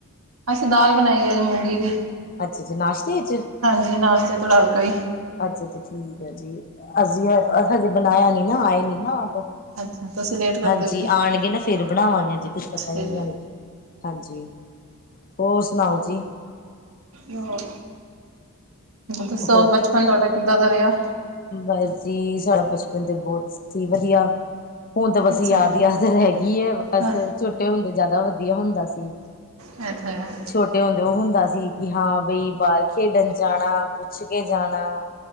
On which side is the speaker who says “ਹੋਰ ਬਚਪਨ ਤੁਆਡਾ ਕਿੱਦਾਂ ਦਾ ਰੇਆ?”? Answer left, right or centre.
Right